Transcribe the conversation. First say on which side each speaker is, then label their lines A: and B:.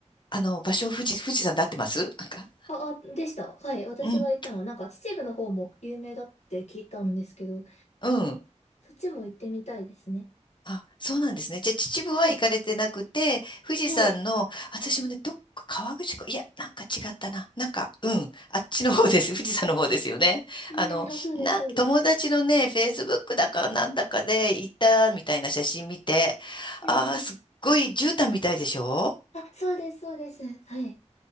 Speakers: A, on the left (about 40°); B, on the left (about 65°).
A: あの、場所、富士、富士山で合ってますなんか。
B: あ、あ、でした。はい。私が行ったのは、
A: うん。
B: なんか秩父の方も有名だって聞いたんですけど、
A: うん。
B: そっちも行ってみたいですね。
A: あ、そうなんですね。じゃあ、秩父は行かれてなくて、
B: はい。
A: 富士山の、
B: はい。
A: 私もね、どっか川口湖、いや、なんか違ったな。なんか、うん。あっちの方です。富士山の方ですよね。
B: うんうん。
A: あの、
B: あ、そうです、
A: なん、
B: そうです。
A: 友達のね、フェイスブックだかなんだかで行ったみたいな写真見て、
B: うんうん。
A: ああ、すっごい絨毯みたいでしょ
B: あ、そうです、そうです。はい。